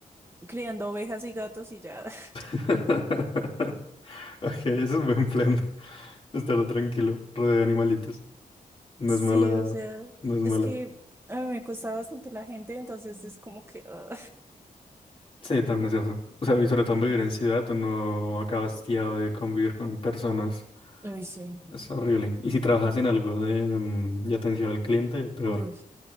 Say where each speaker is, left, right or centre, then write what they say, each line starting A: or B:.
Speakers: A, on the right; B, on the left.
A: criando ovejas y gatos y ya. <laughs>
B: <laughs> Ok, ese es buen plan. <laughs> Estar tranquilo, rodeado de animalitos. No
A: Sí,
B: es mala,
A: o sea,
B: no es mala.
A: es que a mí me cuesta bastante la gente, entonces es como que, ah,
B: Sí, también es cierto. O sea, y sobre todo en vivir en ciudad, tú no acabas tiado de convivir con personas.
A: Uy, sí,
B: Es horrible. Y si trabajas en algo de, mm, de atención al cliente, peor.
A: uy,